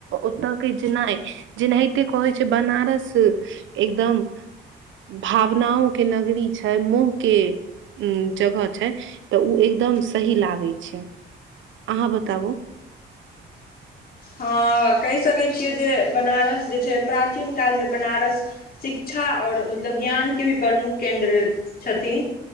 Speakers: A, on the right (about 75°); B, on the left (about 50°).
A: ओतऽ के जेना जेनाहिते कहै छै बनारस एकदम भावनाओंके नगरी छै मोहके उम जगह छै तऽ उ एकदम सही लागे छै। अहाँ बताबु।
B: हँ कहि सकै छियै जे बनारस जे छै प्राचीन कालमे बनारस शिक्षा और मतलब ज्ञानके भी प्रमुख केन्द्र छथिन।